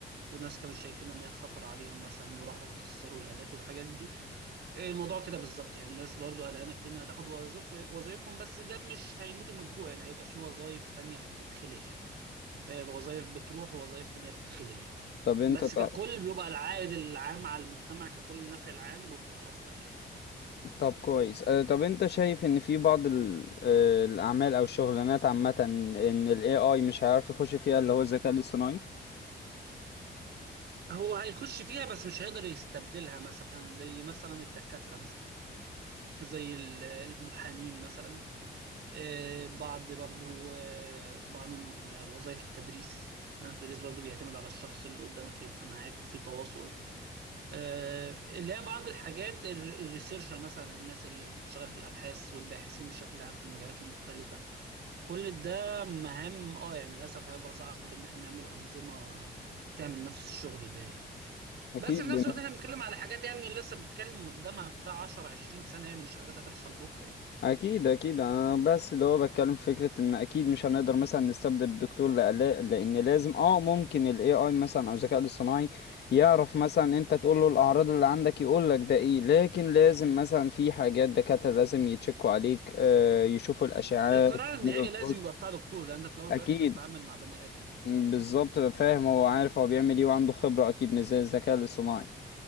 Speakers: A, on the right; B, on the left.
A: وناس كانوا شايفين ان هي خطر عليهم مثلا وراحوا كسروا الالات والحاجات دي آه، الموضوع كده بالظبط يعني الناس برضو قلقانه كتير انها تاخد وظيف وظيفهم بس ده مش هيموتوا من الجوع يعني هيبقى في وظايف تانية هتتخلق يعني فهيبقى وظايف بتروح ووظايف تانية بتتخلق يعني
B: طب انت
A: بس
B: ط-
A: ككل بيبقى العائد العام على المجتمع ككل النفع العام بيبقى افضل يعني
B: طب كويس آه، طب انت شايف ان في بعض ال... آه، الاعمال او الشغلانات عامة ان ال AI مش هيعرف يخش فيها اللي هو الذكاء الاصطناعي
A: هو هيخش فيها بس مش هيقدر يستبدلها مثلا زي مثلا الدكاترة مثلا زي ال- المحامين مثلا آه، بعض برضو آه، بعض م- وظائف التدريس لأن التدريس برضو بيعتمد على الشخص اللي قدامك يبقى معاك وفي تواصل آه، اللي هي بعض الحاجات ال- الريسيرشر مثلا الناس اللي بتشتغل في الأبحاث والباحثين بشكل عام في المجالات المختلفة كل ده مهام اه يعني للأسف هيبقى صعب إن احنا نعمل أنظمة تعمل نفس الشغل ده يعني
B: اكيد
A: بس في نفس
B: بن-
A: الوقت احنا بنتكلم على حاجات يعني لسه بنتكلم قدامها بتاع 10 20 سنه يعني مش حاجات هتحصل بكره يعني
B: اكيد اكيد انا بس اللي هو بتكلم في فكرة ان اكيد مش هنقدر مثلا نستبدل الدكتور لألا... لان لازم اه ممكن ال AI مثلا او الذكاء الاصطناعي يعرف مثلا انت تقول له الاعراض اللي عندك يقول لك ده ايه لكن لازم مثلا في حاجات دكاترة لازم يتشكوا عليك آه، يشوفوا الاشعاعات
A: القرار
B: يعملوا
A: النهائي
B: الفحوص
A: لازم يبقى بتاع دكتور لان انت في الاول وفي
B: اكيد
A: الاخر انت بتتعامل مع بني ادم يعني
B: بالظبط فاهم هو عارف هو بيعمل ايه وعنده خبرة اكيد مش زي الذكاء الاصطناعي